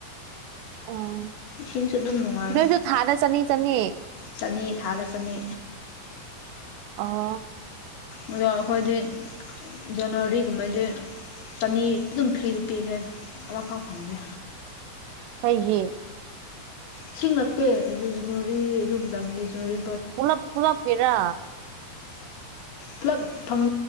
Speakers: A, on the right (about 85°); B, on the left (about 65°).
A: ꯑꯥ
B: ꯏꯁꯤꯡꯁꯨ ꯑꯗꯨꯝ ꯅꯨꯡꯉꯥꯏ
A: ꯅꯣꯏꯁꯨ ꯊꯥꯗ ꯆꯅꯤ ꯆꯅꯤ
B: ꯆꯅꯤ ꯊꯥꯗ ꯆꯅꯤ
A: ꯑꯣ
B: ꯑꯗ ꯑꯩꯈꯣꯏꯗꯤ ꯖꯅꯋꯥꯔꯤꯒꯨꯝꯕꯗꯤ ꯆꯅꯤ ꯑꯗꯨꯝ ꯐ꯭ꯔꯤꯗ ꯄꯤꯈ꯭ꯔꯦ ꯑꯃꯐꯥꯎ ꯐꯪꯗꯦ
A: ꯑꯩꯩꯒꯤ
B: ꯏꯁꯤꯡ ꯂꯞꯇꯦ ꯑꯗꯨ ꯖꯤꯅꯣꯔꯤ ꯑꯗꯨꯗꯥꯝꯅꯤ ꯖꯤꯅꯣꯔꯤ
A: ꯄꯨꯂꯞ ꯄꯨꯂꯄ ꯀꯤꯔꯥ
B: ꯄꯨꯂꯞ ꯐꯪ